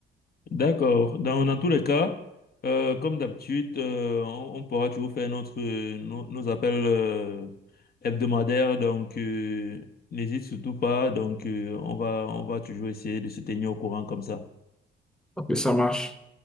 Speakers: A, on the left; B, in the centre.
A: D'accord. Dans, dans tous les cas, euh, comme d'habitude, euh, on, on pourra toujours faire notre, nos, nos appels euh, hebdomadaires. Donc, euh, n'hésite surtout pas. Donc, euh, on va, on va toujours essayer de se tenir au courant comme ça.
B: Ok, ça marche.